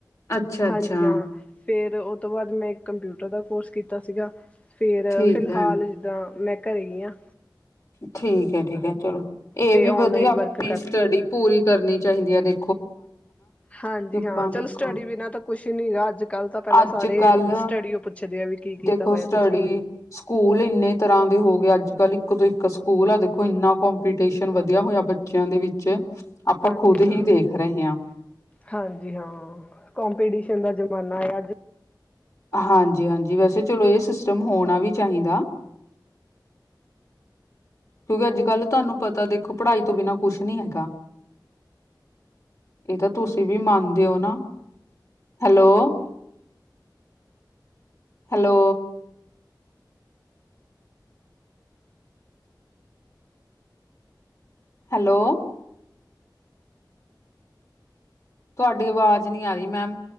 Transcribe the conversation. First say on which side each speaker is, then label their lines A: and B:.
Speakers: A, on the left (about 45°); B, on the left (about 15°).
A: ਅੱਛਾ-ਅੱਛਾ
B: ਹਾਂਜੀ ਹਾਂ ਫੇਰ ਅਤੇ ਉਹ ਤੋਂ ਬਾਅਦ ਮੈਂ ਕੰਪਿਊਟਰ ਦਾ ਕੋਰਸ ਕੀਤਾ ਸੀਗਾ। ਫੇਰ
A: ਠੀਕ
B: ਫਿਲਹਾਲ
A: ਹੈ,
B: ਜਿੱਦਾਂ ਮੈਂ ਘਰੇ ਹੀ ਆ
A: ਠੀਕ ਹੈ ਠੀਕ ਹੈ ਚਲੋ ਇਹ
B: ਤੇ
A: ਵੀ
B: ਔਨਲਾਈਨ
A: ਵਧੀਆ ਆਪਣੀ
B: ਵਰਕ ਕਰ
A: ਸਟੱਡੀ ਪੂਰੀ ਕਰਨੀ ਚਾਹੀਦੀ ਹੈ <inaudible>
B: ਹਾਂਜੀ
A: ਕਿ ਆਪਾਂ
B: ਹਾਂ ਚਲੋ
A: ਦੇਖੋ
B: ਸਟੱਡੀ ਬਿਨਾਂ ਤਾਂ ਕੁਛ ਨਹੀਂ ਗਾ ਅੱਜ ਕੱਲ੍ਹ ਤਾਂ ਪਹਿਲਾਂ
A: ਅੱਜ
B: ਸਾਰੇ
A: ਕੱਲ
B: ਸਟੱਡੀ ਓ ਪੁੱਛਦੇ ਆ ਵੀ ਕੀ
A: ਦੇਖੋ
B: ਕੀਤਾ ਹੋਇਆ
A: ਸਟੱਡੀ
B: ਤੁਸੀਂ
A: ਸਕੂਲ ਇੰਨੇ ਤਰ੍ਹਾਂ ਦੇ ਹੋ ਗਏ ਅੱਜ ਕੱਲ੍ਹ ਇੱਕ ਤੋਂ ਇੱਕ ਸਕੂਲ ਆ ਦੇਖੋ ਇੰਨਾ ਕੋਂਪੀਟੀਸ਼ਨ ਵਧੀਆ ਹੋਇਆ ਬੱਚਿਆਂ ਦੇ ਵਿੱਚ ਆਪਾਂ
B: ਹਾਂਜੀ
A: ਖੁਦ ਹੀ
B: ਹਾਂ
A: ਦੇਖ ਰਹੇ ਹਾਂ
B: ਹਾਂਜੀ ਹਾਂ ਕੋਂਪੀਟੀਸ਼ਨ ਦਾ ਜਮਾਨਾ ਅੱਜ
A: ਹਾਂਜੀ-ਹਾਂਜੀ ਵੈਸੇ ਚਲੋ ਇਹ ਸਿਸਟਮ ਹੋਣਾ ਵੀ ਚਾਹੀਦਾ, ਕਿਉਂਕਿ ਅੱਜ-ਕੱਲ ਤੁਹਾਨੂੰ ਪਤਾ ਦੇਖੋ ਪੜ੍ਹਾਈ ਤੋਂ ਬਿਨਾਂ ਕੁਛ ਨੀ ਹੈਗਾ ਇਹ ਤਾਂ ਤੁਸੀਂ ਵੀ ਮੰਨਦੇ ਹੋ ਨਾ, ਹੈਲੋ। ਹੈਲੋ ਹੈਲੋ ਤੁਹਾਡੀ ਆਵਾਜ਼ ਨਹੀਂ ਆ ਰਹੀ ਮੈਮ।